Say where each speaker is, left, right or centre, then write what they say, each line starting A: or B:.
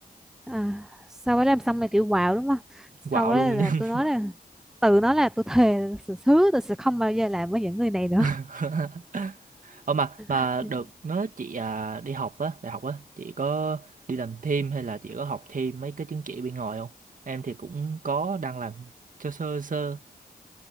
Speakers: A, in the centre; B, on the right.
A: à sau đó làm xong rồi kiểu wow đúng không sau
B: quạo
A: đó
B: luôn
A: là
B: nhưng mà
A: tôi nói là tự nó là tôi thề là sự hứa tôi sẽ không bao giờ làm với những người này nữa
B: <laughs> Ờ mà mà
A: <laughs>
B: được, nói chị à, đi học á, đại học á, chị có đi làm thêm hay là chị có học thêm mấy cái chứng chỉ bên ngoài không? Em thì cũng có đang làm sơ sơ sơ.